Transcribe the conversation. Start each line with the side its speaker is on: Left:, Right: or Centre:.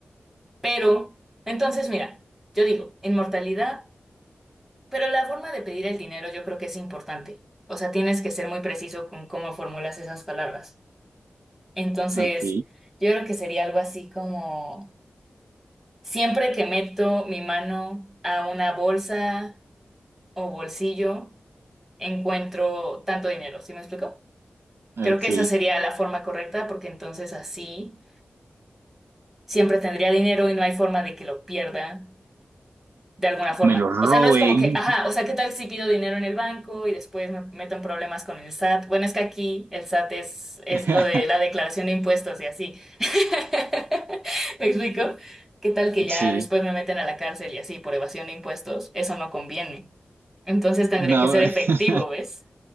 Centre: Pero, entonces, mira, yo digo, inmortalidad, pero la forma de pedir el dinero yo creo que es importante. O sea, tienes que ser muy preciso con cómo formulas esas palabras. Entonces,
Right: Ok,
Centre: yo creo que sería algo así como, siempre que meto mi mano a una bolsa o bolsillo, encuentro tanto dinero, ¿sí me explico?
Right: ok.
Centre: Creo que esa sería la forma correcta porque entonces así siempre tendría dinero y no hay forma de que lo pierda de alguna forma.
Right: Me lo roben.
Centre: O sea, no es como que, ajá, o sea, ¿qué tal si pido dinero en el banco y después me meto en problemas con el SAT? Bueno, es que aquí el SAT es, es
Right: <laughs>
Centre: lo de la declaración de impuestos y así. <laughs> ¿Me explico? ¿Qué tal que ya
Right: Sí.
Centre: después me meten a la cárcel y así por evasión de impuestos? Eso no conviene. Entonces tendría
Right: No,
Centre: que ser efectivo,
Right: <laughs>
Centre: ¿ves?